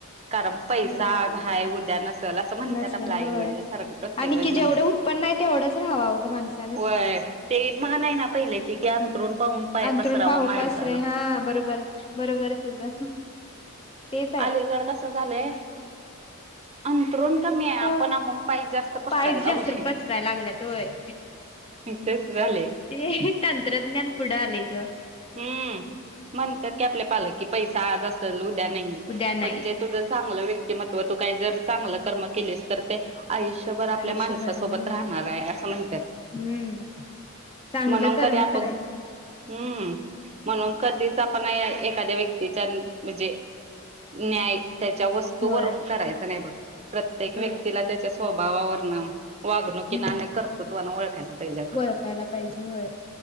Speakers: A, on the right; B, on the left.
A: कारण, पैसा
B: बरोबर
A: आज आहे, उद्या नसल असं म्हणत्यात
B: नसेल
A: आपलं आई
B: होय
A: -वडील सारखं प्रत्येक
B: आणि
A: वेळेस.
B: की
A: म्हणतात.
B: जेवढं उत्पन आहे तेवढच राहावाव, गं माणसांनी.
A: व्हय ते म्हण आहे ना, पहिल्याची की अंथरूण पाहून पाय
B: अंथरुण
A: पसरावा
B: पाहुण
A: माणसानं.
B: पाय पसरे हा, बरोबर बरोबर आहे तुझं. तेच आहे
A: अलीकड कसं झालंय? अंथरूण कमी आहे, आपण
B: ह
A: आपण पायचं जास्त पसरायला
B: पाय जास्त
A: लागलोय.
B: पसराय लागल्यात होय
A: तस झालयं.
B: ते तंत्रज्ञान पुढं आलेय गं.
A: हम्म म्हणतात की, आपल्या पालक की पैसा आज असेल उद्या नाही
B: उद्या नाही
A: पण जे तुझं चांगलं व्यक्तिमत्व तू काही, जर चांगलं कर्म केलीस तर ते आयुष्यभर आपल्या
B: आयुष्यभर
A: माणसांसोबत
B: हम्म
A: राहणार आहे, असं म्हणत्यात.
B: हम्म चांगलं
A: म्हणून
B: कर्म
A: कधी आपण
B: करायचं
A: हम्म, म्हणून कधीच आपण एखाद्या व्यक्तीच्या म्हणजे न्याय त्यांच्या वस्तूवरून
B: होय
A: करायच नाही बघ, प्रत्येक
B: बरोबर
A: व्यक्तीला त्याच्या स्वभावावरन वागणुकीनं
B: हम्म
A: आणि कर्तुत्वाने ओळखायला पाहिजे आपण.
B: ओळखायला पाहिजे होय